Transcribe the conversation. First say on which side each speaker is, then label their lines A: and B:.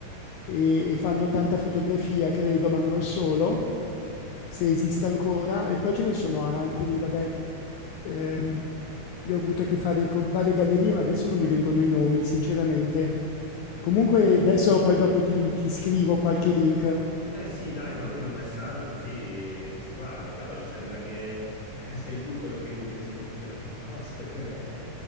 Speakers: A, on the left; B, on the left.
A: e, e fanno tanta fotografia, credo, ma non solo, se esiste ancora. E poi ce ne sono altri, vabbè. Ehm, io ho avuto a che fare con varie gallerie, ma adesso non mi vengono i nomi, sinceramente.
B: <laughs> ok.
A: Comunque adesso poi dopo ti, ti scrivo qualche link.
B: Eh sì, dai, mandami un messaggio così ci guardo. Cavolo, sembra che eh, sei tu quello che vive in Svizzera <laughs> piuttosto che me.